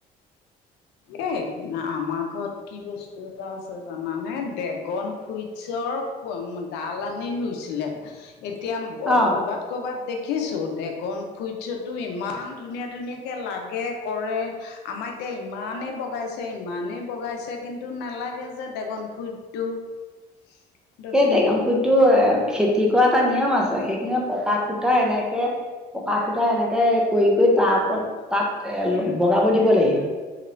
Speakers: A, on the left (about 85°); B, in the centre.
A: এ' আমাৰ ঘৰত কি বস্তু এটা আছে জানানে ড্ৰেগন ফ্ৰুইটছৰ- ডাল আনি ৰুইছিলে। এতিয়া
B: অ
A: কৰ'বাত- ক'ৰবাত দেখিছোঁ ড্ৰেগন ফ্ৰুইটছৰ ইমান ধুনীয়া ধুনীয়াকৈ লাগে কৰে। আমাৰ- এতিয়া ইমানেই বগাইছে, ইমানেই বগাইছে, কিন্তু নালাগে যে ড্ৰেগন ফ্ৰুইটছটো। <inaudible>
B: এই ড্ৰেগন ফ্ৰুইটছ এ' খেতি কৰা এটা নিয়ম আছে, সেইখিনি পকা খুটা এনেকে- পকা খুটাত এনেকে কৰি-কৰি তাৰ ওপৰত তাক এ' বগাব দিব লাগিব।